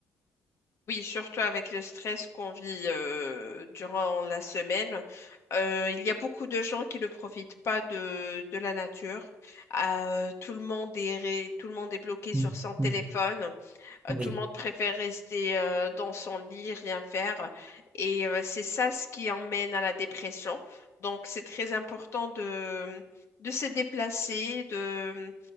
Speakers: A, on the left; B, on the right.
A: Oui, surtout avec le stress qu'on vit euh, durant la semaine. Euh, il y a beaucoup de gens qui ne profitent pas de, de la nature. Euh, tout le monde est, ré- tout le monde est bloqué sur
B: Mm,
A: son téléphone.
B: mm.
A: Euh,
B: Oui.
A: tout le monde préfère rester euh, dans son lit, rien faire. Et euh, c'est ça ce qui emmène à la dépression. Donc, c'est très important de, de se déplacer, de,